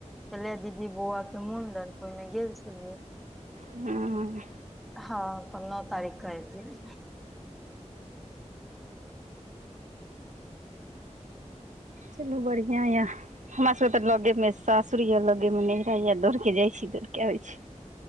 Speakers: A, in the centre; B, on the right (about 80°).
A: कले दीदी बौअवा के मुंडन, तऽ ओय मे गेल छलियै।
B: हँ
A: हां अपन नौ तारीक के एथिन। <inaudible>
B: चलु बढ़ियाँ यऽ। हमरा सबके तऽ लगे मे सासुर या लगे मे नैहरा या, दौड़ कऽ जाय छी, दौड़ कऽ आबै छी।